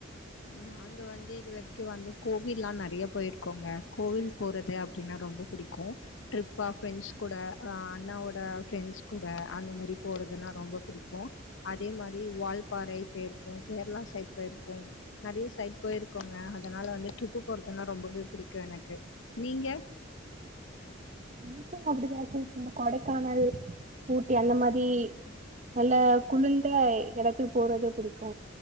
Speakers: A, on the left (about 70°); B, on the right (about 40°).
A: நானு இங்க வந்து இது வர்க்கு வந்து கோவில்லா நெறைய பொயிருக்கோங்க கோவில் போறது அப்டின்னா ரொம்பொ புடிக்கு டிரிப்பா ஃபிரண்ஸ் குட அ அண்ணாவோட ஃப்ரெண்ட்ஸ் கூட அந்த மாரி போறதுன்னா ரொம்ப பிடிக்கு அதே மாரி வால்பாறை பெயிர்க்கோ கேர்ளா சைட் பெயிர்க்கோ நறைய சைட் பொயிருக்கோங்க அதனால வந்து ட்ரிப்பு போறதுன்னா ரொம்பவே புடிக்கு எனக்கு நீங்க
B: எனக்கு அப்டிதா சிஸ் இந்த கொடைக்கானல் ஊட்டி அந்த மாரி நல்ல குளுந்த எடத்துக்கு போரது புடிக்கு